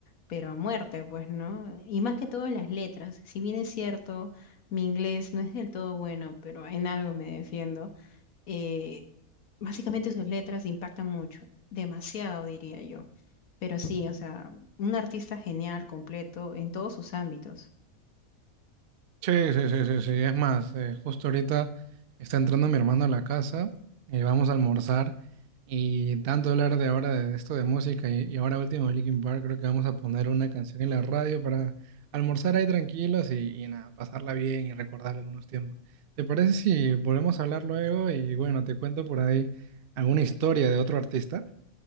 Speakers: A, on the left; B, on the right.
A: pero a muerte, pues, ¿no? Y más que todo las letras. Si bien es cierto, mi inglés no es del todo bueno, pero en algo me defiendo eh, básicamente sus letras impactan mucho, demasiado diría yo. Pero sí, o sea, un artista genial, completo, en todos sus ámbitos.
B: Sí, sí, sí, sí, sí. Es más, eh, justo ahorita está entrando mi hermano a la casa, y vamos a almorzar y tanto hablar de ahora de esto de música y, y ahora último de Linkin Park, creo que vamos a poner una canción en la radio para almorzar ahí tranquilos y, y nada, pasarla bien y recordar algunos tiempos. ¿Te parece si volvemos a hablar luego? Y bueno, te cuento por ahí alguna historia de otro artista.